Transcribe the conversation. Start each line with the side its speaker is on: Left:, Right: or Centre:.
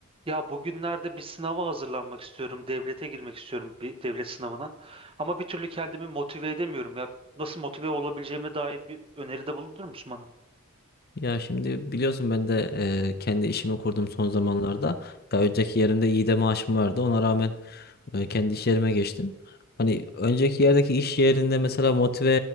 Right: Ya bugünlerde bir sınava hazırlanmak istiyorum. Devlete girmek istiyorum bir devlet sınavına. Ama bir türlü kendimi motive edemiyorum ya. Nasıl motive olabileceğime dair bir öneride bulunur musun bana?
Left: Ya şimdi biliyorsun ben de e, kendi işimi kurdum son zamanlarda. Ya önceki yerimde iyi de maaşım vardı. Ona rağmen e, kendi iş yerime geçtim. Hani önceki yerdeki iş yerinde mesela motive